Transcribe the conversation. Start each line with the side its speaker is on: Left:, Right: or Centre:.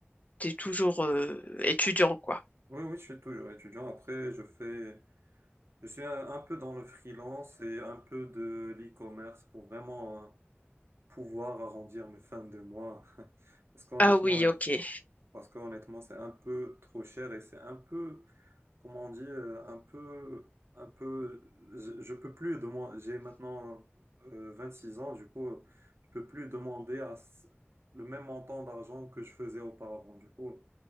Left: t'es toujours euh, étudiant, quoi.
Right: Oui, oui, je suis toujours étudiant. Après, je fais, je suis un, un peu dans le freelance et un peu de l'e-commerce pour vraiment hein, pouvoir arrondir mes fins de mois. <laughs> Parce qu'honnêtement,
Left: Ah oui, ok.
Right: parce qu'honnêtement, c'est un peu trop cher et c'est un peu comment on dit, euh, un peu, un peu, je, je peux plus de moi, j'ai maintenant euh, six ans, du coup, je peux plus demander à s- le même montant d'argent que je faisais auparavant. Du coup,